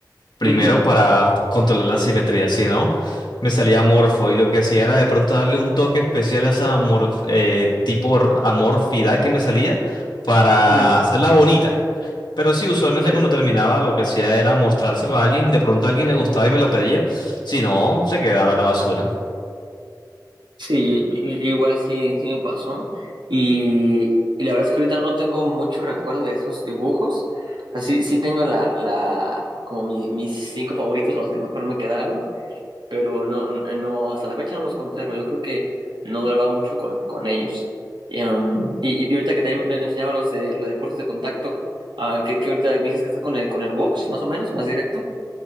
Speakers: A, on the left; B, on the right.
A: primero
B: ujú,
A: para controlar la simetría, si no, me salía amorfo y lo que hacía era de pronto darle un toque especial a esa amorf- eh, tipo r- amorfidad que me salía para
B: ujú.
A: hacerla bonita. Pero sí, usualmente
B: Sí.
A: cuando terminaba lo que hacía era mostrárselo a alguien, de pronto a alguien le gustaba y me lo pedía, si no, se quedaba en la basura.
B: Sí, yo, yo- yo igual así sí me pasó. Y, y la verdad es que ahorita no tengo mucho recuerdo de esos dibujos. Así sí tengo la, la, como mi- mis cinco favoritos, o los que mejor me quedaron, pero no, no, hasta la fecha no los conservo. Yo creo que no duraba mucho con, con ellos. Y, um, y- y ahorita que te mencionaba los de los deportes de contacto, ah, que, que ahorita me dices que estás con el con el box, más o menos, más directo.